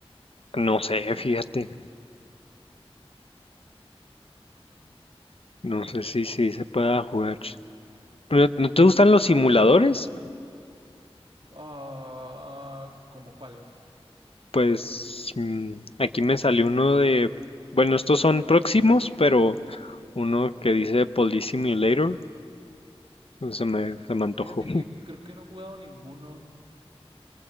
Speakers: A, on the left (about 65°); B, on the right (about 60°).
A: No sé, fíjate.
B: Sí,
A: No sé si si se pueda jugar. ¿No, no te gustan los simuladores?
B: ah, ah, ¿Como cuáles?
A: Pues mm, aquí me salió uno de... Bueno, estos son próximos, pero uno que dice Police Simulator. Se me, se me antojó.
B: Fíjate que creo que no he jugado ninguno